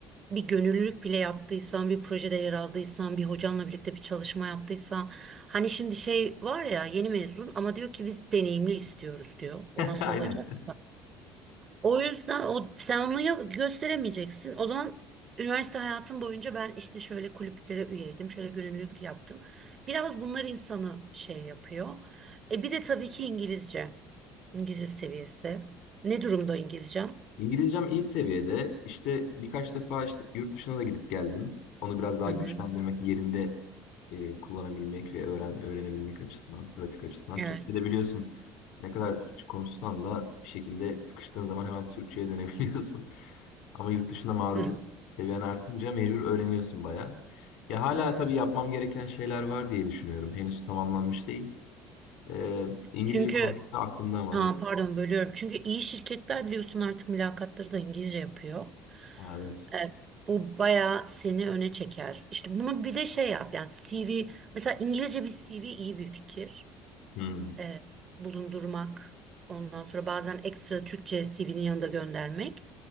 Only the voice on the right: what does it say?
bir gönüllülük bile yaptıysan, bir projede yer aldıysan, bir hocanla birlikte bir çalışma yaptıysan. Hani şimdi şey var ya yeni mezun ama diyor ki biz deneyimli istiyoruz diyor. O
nasıl
olacaksa. O yüzden o sen onu ya- gösteremeyeceksin. O zaman üniversite hayatım boyunca ben işte şöyle kulüplere üyeydim, şöyle gönüllülük yaptım. Biraz bunlar insanı şey yapıyor. E bir de tabii ki İngilizce. İngilizce seviyesi. Ne durumda İngilizcem?
Hı
hı.
Evet.
Hı hı.
Hı hı.
Çünkü
ha pardon bölüyorum. Çünkü iyi şirketler biliyorsun artık mülakatları da İngilizce yapıyor.
Evet, bu bayağı seni öne çeker. İşte bunu bir de şey yap yani CV mesela İngilizce bir CV iyi bir fikir
e, bulundurmak. Ondan sonra bazen ekstra Türkçe CV'nin yanında göndermek